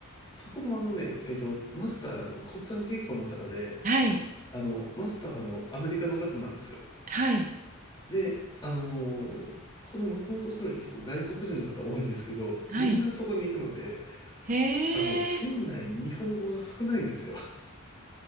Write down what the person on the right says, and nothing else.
はい。
はい。
はい。
へ
え。